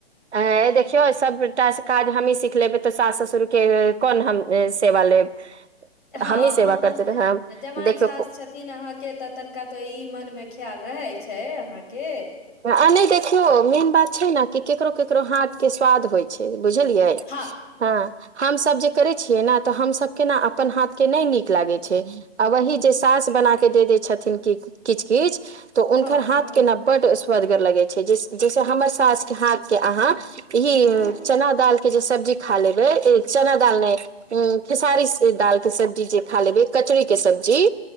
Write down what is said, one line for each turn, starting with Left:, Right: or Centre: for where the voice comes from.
Right: हां देखियौ सबटा काज हमही सीख लेबै तऽ सास ससुरके कोन हम सेवा लेब <inaudible>
Left: हँ
Right: हमही
Left: <unintelligible>
Right: सेवा करते रहब
Left: जबान
Right: देखियौ
Left: सास छेथि तीन अहाँ के तऽ तनिका तऽ ई मन मे ख्याल रहै छै अहाँके
Right: आ नहि देखियौ मेन बात छै न कि केकरो केकरो हाथ के स्वाद होइत छै बुझलियै?
Left: हँ
Right: हँ हमसभ जे करै छियै ने तऽ हमसभ के ने अपन हाथ के नहि नीक लागै छै आ वही जे सास बना कऽ दे दै छथिन कि किछ किछ तऽ हुनकर
Left: हँ
Right: हाथ
Left: हँ
Right: केना बड्ड स्वदगर लगे छै जैसे हमर सास के हाथ के अहाँ इही
Left: हँ
Right: चना दाल के जे सब्जी खा लेबे चना दाल नै उ खेसारी दाल के सब्जी जे खा लेबै कचरी के सब्जी